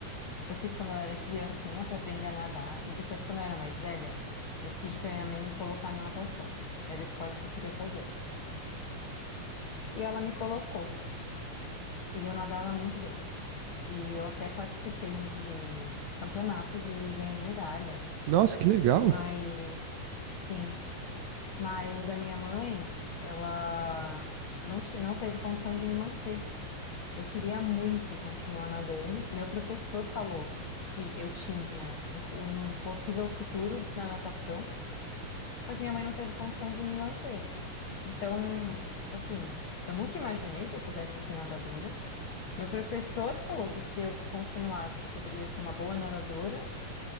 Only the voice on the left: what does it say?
Eu fiz quando eu era criancinha para aprender a nadar e depois quando eu era mais velha, eu pedi para minha mãe me colocar na natação. Era o esporte que eu queria fazer. E ela me colocou e eu nadava muito bem. E eu até participei de campeonatos e ganhei medalha.
Mas sim, mas a minha mãe, ela não, ti- não teve condição de me manter. Eu queria muito continuar nadando. Meu professor falou que eu tinha um, um possível futuro na natação, só que minha mãe não teve condição de me manter. Então, assim, eu nunca imaginei que eu pudesse ser nadadora. Meu professor falou que se eu continuasse, eu poderia ser uma boa nadadora.